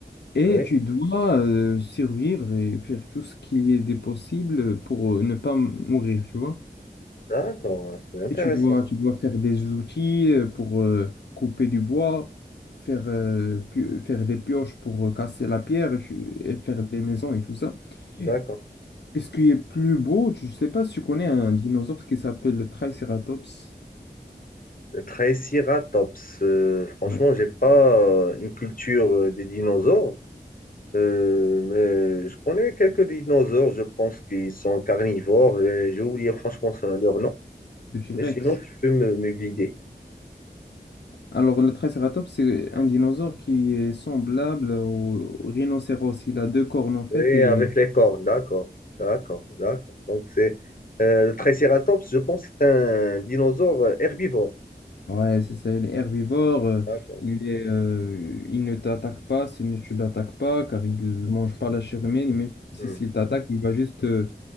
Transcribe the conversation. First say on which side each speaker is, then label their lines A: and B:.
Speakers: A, on the left; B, on the left.
A: et
B: oui,
A: tu dois euh, survivre et faire tout ce qu'il y ait de possible pour euh, ne pas m- mourir, tu vois?
B: d'accord, c'est intéressant.
A: Et tu dois, tu dois faire des outils euh, pour euh, couper du bois, faire, euh, pio- faire des pioches pour euh, casser la pierre et, tu- et faire des maisons et tout ça. Et
B: D'accord.
A: ce qui est plus beau, je ne sais pas si tu connais un dinosaure qui s'appelle le Triceratops.
B: Le Triceratops, euh, franchement,
A: Non,
B: j'ai pas euh, une culture euh, des dinosaures. Euh, mais je connais quelques dinosaures, je pense qu'ils sont carnivores. et J'ai oublié franchement ce- leur nom.
A: le T-Rex.
B: Mais sinon, tu peux me, me guider.
A: Alors, le Triceratops, c'est un dinosaure qui est semblable au au rhinocéros. Il a deux cornes en fait
B: Oui,
A: et
B: avec les cornes, d'accord, d'accord, d'accord. Donc, c'est euh, le Triceratops, je pense que c'est un dinosaure euh, herbivore.
A: Ouais, c'est ça, il est herbivore, euh,
B: D'accord,
A: il est, euh, il ne t'attaque pas si ne- tu l'attaques pas, car il ne mange pas la chair humaine, et même si
B: hmm,
A: s'il t'attaque, il va juste euh,